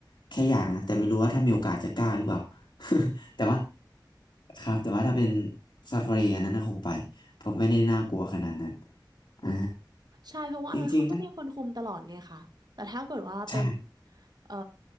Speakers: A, on the left; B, on the right.
A: แค่อยากนะแต่ไม่รู้ว่าถ้ามีโอกาสจะกล้าหรือเปล่า <laughs> แต่ว่าครับแต่ว่าถ้าเป็นซาฟารีอันนั้นน่ะคงไปผมไม่ได้น่ากลัวขนาดนั้นอ่า
B: ใช่เพราะว่าอันนั้นเขาก็มีคนคุมตลอดไงคะแต่ถ้าเกิดว่าเป็น
A: จริงๆนะใช่
B: เอ่อ